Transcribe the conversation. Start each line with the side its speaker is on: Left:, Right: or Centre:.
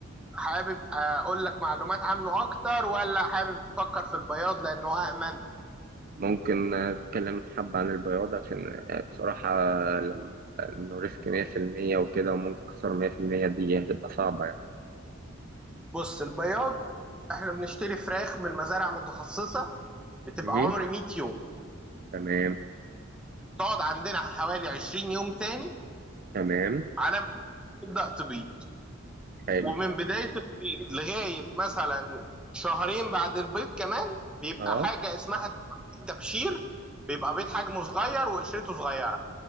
Centre: حابب اقول لك معلومات عنه اكتر ولا حابب تفكر في البياض لانه امن
Right: ممكن أتكلم حبة عن البياض عشان بصراحة لم- لأنه ريسك 100% وكده وممكن أخسر 100% دي هتبقى صعبة يعني
Centre: بص البياض احنا بنشتري فراخ من مزارع متخصصه بتبقى
Right: مهم.
Centre: عمر 100 يوم
Right: تمام
Centre: تقعد عندنا حوالي 20 يوم تاني
Right: تمام
Centre: على ما تبدا تبيض
Right: حلو
Centre: ومن بداية البيض لغاية مثلا شهرين بعد البيض كمان بيبقى
Right: اه
Centre: حاجة اسمها التبشير بيبقى بيض حجمه صغير وقشرته صغيرة